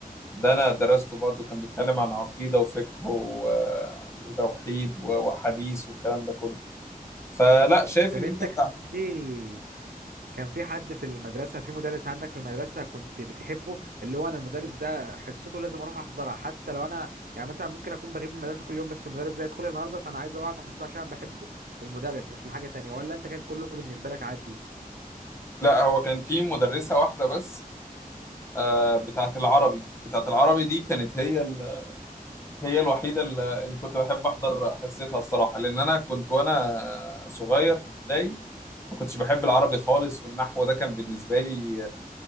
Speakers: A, on the left (about 15°); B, on the right (about 80°).
A: ده انا درسته برضو كان بيتكلم عن عقيدة وفقه و... وتوحيد و- وحديث والكلام ده كله فلا شايف
B: طب
A: ان
B: انت
A: انت بتاع
B: كان في كان في حد في المدرسه في مدرس عندك في المدرسه كنت بتحبه اللي هو انا المدرس ده حصته لازم اروح احضرها حتى لو انا يعني مثلا ممكن اكون بغيب من المدرسه كل يوم بس المدرس ده يدخل لي النهارده فانا عايز اروح احضر حصته عشان انا بحبه للمدرس مش لحاجه تانية ولا انت كان كله بالنسبه لك عادي
A: لا هو كان في مدرسة واحدة بس آه، بتاعت العربي بتاعت العربي دي كانت هي ال... هي الوحيدة ال- اللي كنت بحب احضر حصتها الصراحة لان انا كنت وانا صغير في ابتدائي ما كنتش بحب العربي خالص والنحو ده كان بالنسبة لي